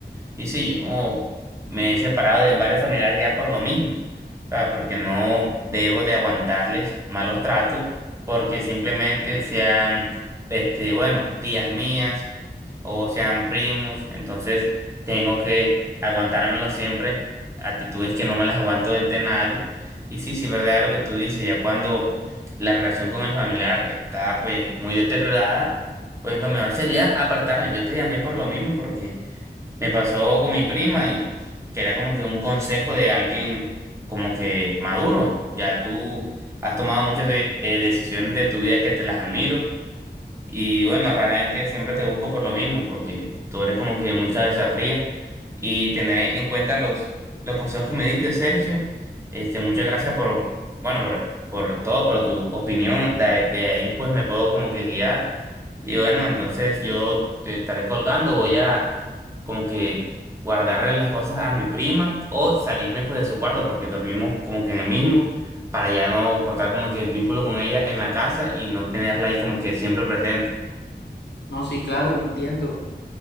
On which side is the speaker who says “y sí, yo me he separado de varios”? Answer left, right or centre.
Right